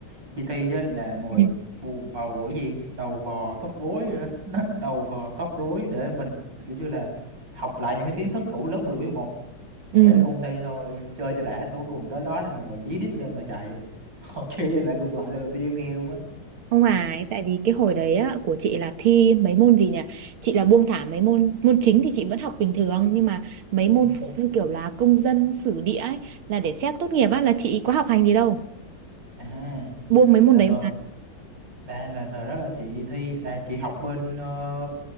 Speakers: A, on the right; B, on the right.
A: đi thi chứ là ngồi
B: Ừ.
A: bù bầu cái gì đầu vò tóc rối á, <laughs> nó- đầu vò tóc rối để mình kiểu như là học lại những cái kiến thức cũ lớp 10 với 11 để
B: Ừ,
A: ôn thi thôi chơi cho đã tối cùng tới đó là ngồi dí đít lên mà chạy <laughs> còn kia là ngược lại là đầu tiên em nghe luôn á
B: không phải tại vì cái hồi đấy á, của chị là thi mấy môn gì nhỉ? Chị là buông thả mấy môn môn chính thì chị vẫn học bình thường nhưng mà mấy môn
A: <laughs>
B: phụ như kiểu là công dân sử địa ấy là để xét tốt nghiệp á là chị có học hành gì đâu.
A: Ừ. à
B: Buông mấy môn
A: là
B: đấy
A: thời
B: mà
A: là là thời đó là chị thi là chị học bên ờ,